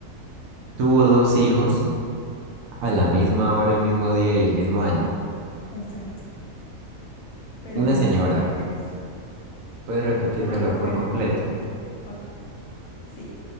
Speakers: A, on the right (about 70°); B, on the left (about 75°).
A: Tuvo dos hijos a la misma hora, el mismo día y el mismo año.
B: Exacto, pero
A: Una
B: no
A: señora,
B: son gemelos.
A: ¿puedes repetírmelo
B: Una mujer,
A: por completo?
B: ok. Sí,